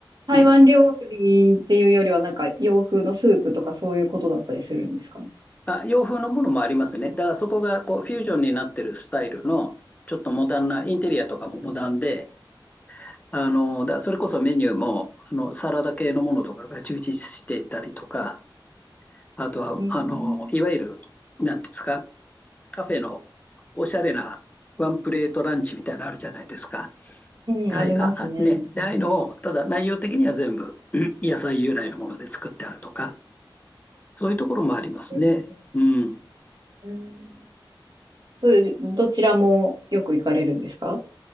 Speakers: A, on the right; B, on the left.
A: 台湾料理っていうよりは、
B: うん、
A: なんか洋風のスープとかそういうことだったりするんですかね。
B: あ、洋風のものもありますね。だからそこがこうフュージョンになってるスタイルの、ちょっとモダンな、インテリアとかもモダンで、あの、だからそれこそメニューも、あの、サラダ系のものとかが充実していたりとか、あとは、
A: うん。
B: あの、いわゆる、なんていうんですか、カフェのおしゃれなワンプレートランチみたいなのあるじゃないですか。
A: うん、
B: はい、
A: ありますね。
B: あ、あね。で、ああいうのを、ただ内容的には全部、<clears throat> うん野菜由来のもので作ってあるとか、そういうところもありますね。
A: えー
B: うん。
A: うんそういうどちらもよく行かれるんですか